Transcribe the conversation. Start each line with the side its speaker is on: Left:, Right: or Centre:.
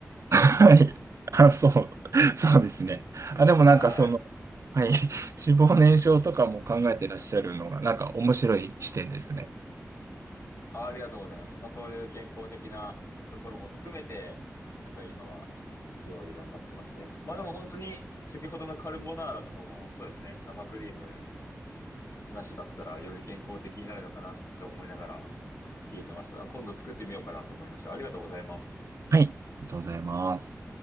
Right: はい。あ、そう。そうですね。あ、でもなんかその、
Left: はい。
Right: はい。<laughs> 脂肪燃焼とかも考えてらっしゃるのが、なんか面白い視点ですね。
Left: あありがとうございます。まあそういう健康的なところも含めて、なんか今は料理頑張ってますね。まあでも本当に先ほどのカルボナーラとかもそうですね。生クリームなしだったらより健康的になるのかなって思いながら聞いてました。今度作ってみようかなと思いました。ありがとうございます。
Right: はい。ありがとうございます。